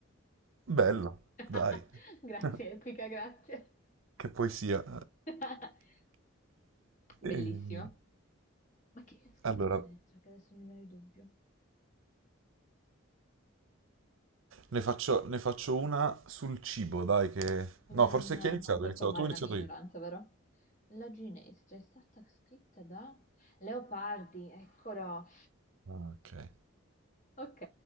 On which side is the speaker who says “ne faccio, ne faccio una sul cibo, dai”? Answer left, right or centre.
Right